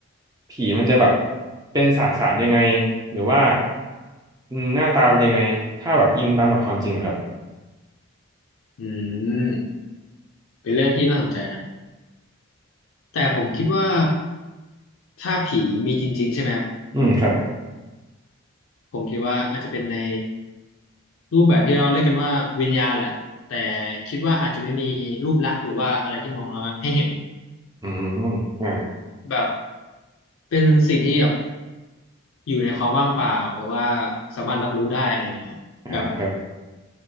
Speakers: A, on the right; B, on the left.
A: ผีมันจะแบบเป็นสสารยังไงหรือว่าอืมหน้าตาเป็นยังไงถ้าแบบอิงตามหลักความจริงอะครับ
B: อืมเป็นเรื่องที่น่าสนใจนะ แต่ผมคิดว่าถ้าผีมีจริงๆใช่ไหมครับ
A: อืมครับ
B: ผมคิดว่าอาจจะเป็นในรูปแบบที่เราเรียกกันว่าวิญญาณแหละแต่คิดว่าอาจจะไม่มีรูปลักษณ์หรือว่าอะไรที่มองเราให้เห็น
A: อืมอ่า
B: แบบเป็นสิ่งที่แบบอยู่ในความว่างเปล่าแต่ว่าสามารถรับรู้ได้อะไรอย่างเงี้ยครับแบบ
A: อ่าครับ